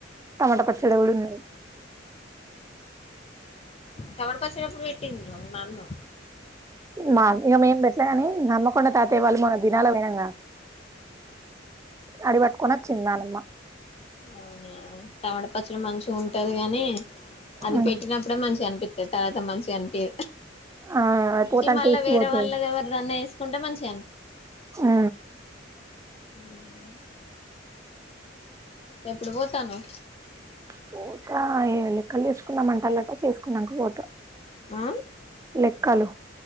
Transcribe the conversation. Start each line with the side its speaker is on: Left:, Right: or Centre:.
Right: టమాటా పచ్చడి గూడా ఉంది
Left: టమాటా పచ్చిడేప్పుడు పెట్టిండ్రు మమ్ము
Right: మా ఇగ మేం పెట్టలేగాని హమ్మకొండ తాతయ్య వాళ్ళు మొన్న దినాల పోయినంగా అడ పట్టుకుని వచ్చింది నాన్నమ్మ
Left: అవునా టమాటా పచ్చడి మంచి ఉంటది గాని అది
Right: ఉమ్
Left: పెట్టినప్పుడే మంచిగా కనిపి తవాత మంచిగానికి
Right: ఆ పోతాంటే
Left: ఈ మళ్ళ
Right: ఇచ్చి
Left: వేరే
Right: పోతది
Left: వాళ్ళది ఎవరిదన్నా ఇ కొంటే మంచిగాని
Right: ఆ
Left: ఉ ఎప్పుడు పోతానావు
Right: కోత ఏ లెక్కలు తీసుకున్నామంటలటా చేసుకున్నాక కోత
Left: ఆ
Right: లెక్కలు